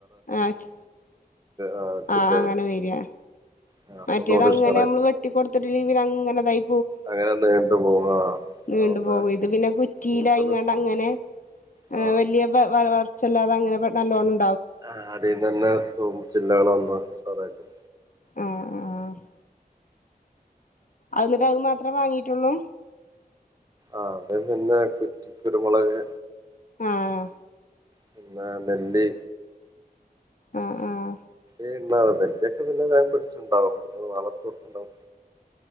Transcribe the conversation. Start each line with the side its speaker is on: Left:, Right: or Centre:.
Left: ആഹ് ച്
Right: ആ ചില്ല
Left: ആഹ് അങ്ങനെ
Right: വരും
Left: വരെ
Right: ആ, അപ്പൊ
Left: മറ്റേതങ്ങനെ
Right: ഒന്നുകൂടി ഉഷാറായി
Left: ഞമ്മള് വെട്ടി കൊടുത്തിട്ടില്ലെങ്കി പിനങ്ങനെതായി
Right: അങ്ങനെ നീണ്ട് പോവാ
Left: നീണ്ട്
Right: അതുകൊണ്ട്
Left: പോവെയ് ഇത് പിന്നെ കുറ്റീലായിങ്ങാണ്ടങ്ങനെ
Right: കൂടുതൽ ആ
Left: ആഹ് വല്യ വ വളർച്ച ഇല്ലാതങ്ങനെ പെ നല്ലോണം
Right: ആഹ് അതെ നന്നാ ചോ മൂച്ചിലള് വന്ന പറയട്ടെ
Left: ആഹ് അ ആഹ് അയ്ന്ന്ട്ടയ് മാത്രം വാങ്ങീട്ടൊള്ളു
Right: ആഹ് അത് പിന്നെ കുറ്റി കുരുമുളക്
Left: ആഹ്
Right: പിന്നെ നെല്ലി
Left: അ ആഹ്
Right: <unintelligible> ഏറ്റവും നല്ലത് വേഗം പിടിച്ച് ഇണ്ടാവും വളർത്തും ണ്ടാവും